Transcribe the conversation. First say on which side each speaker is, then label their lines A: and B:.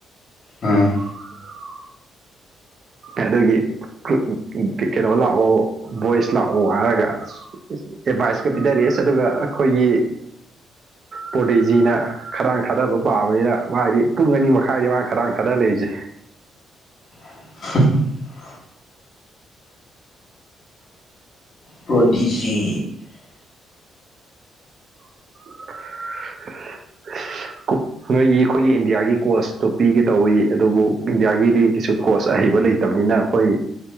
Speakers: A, on the left; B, on the right.
A: ꯎꯝ
B: <inaudible> ꯑꯗꯒꯤ <unintelligible> ꯀꯩꯅꯣ ꯂꯥꯛꯑꯣ ꯚꯣꯏꯁ ꯂꯥꯛꯑꯣ ꯍꯥꯏꯔꯒ ꯑꯦꯗꯚꯥꯏꯁꯀ ꯄꯤꯙꯔꯛꯑꯦ ꯑꯁ ꯑꯗꯨꯒ ꯑꯈꯣꯏꯒꯤ ꯄꯣꯗꯤꯖꯤꯅ ꯈꯗꯥꯡ ꯊꯥꯗꯕ ꯄꯥꯕꯅꯤꯅ ꯃꯥꯗꯤ ꯄꯨꯡ ꯑꯅꯤ ꯃꯈꯥꯏꯅꯤ ꯃꯅꯥ ꯈꯗꯥꯡ ꯊꯥꯗ ꯂꯩꯖꯦ
A: <inaudible> ꯄ꯭ꯔꯣꯗꯤꯖꯤ
B: <inaudible> ꯀꯨꯞ ꯅꯣꯏꯒꯤ ꯑꯩꯈꯣꯏꯒꯤ ꯏꯟꯗꯤꯌꯥꯒꯤ ꯀꯣꯁꯇꯣ ꯄꯤꯒꯦ ꯇꯧꯏ ꯑꯗꯨꯕꯨ ꯏꯟꯗꯤꯌꯥꯒꯤꯗꯤ ꯀꯩꯁꯨ ꯀꯣꯁ ꯑꯍꯩꯕ ꯂꯩ ꯇꯕꯤꯅ ꯈꯣꯏꯒꯤ